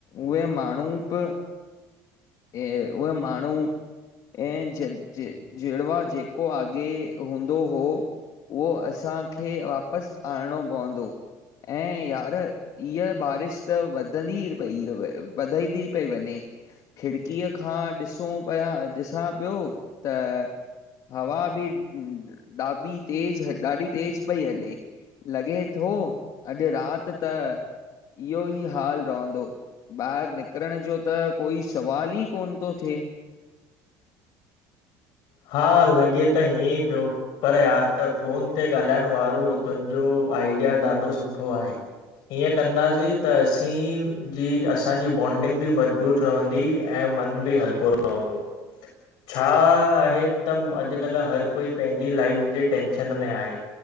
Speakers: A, on the left; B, on the left.
A: उहे माण ब ए उ माण हू ऐं जड़वा जेको आॻे हूंदो हो उहो असांखे वाप बस आणो पवंदो ऐं यार ईह बारिश त वध वधी पई वधाईंदी पई वञे खिड़कीअ खां ॾिसूं पिया ॾिसा पयो त हवा बि ॾाबी तेज ॾाढी तेज़ पई हले लॻे थो अॼ रात त इहो ई हाल रहंदो, ॿाहर निकरण जो त कोई सवाल ई कोन थो थिए।
B: हा लॻे त हीअं ई पियो। पर यार त फ़ोन ते ॻाल्हाइण वारो तुंहिंजो आइडिया ॾाढो सुठो आहे। हिन कंदासीं त असीं जी असांजी बॉन्डिंग बि मज़बूत रहंदी ऐं मन बि हलको रहंदो। छा आहे त अॼकल हर कोई पंहिंजी लाइफ जी टेंशन हीन में आहे।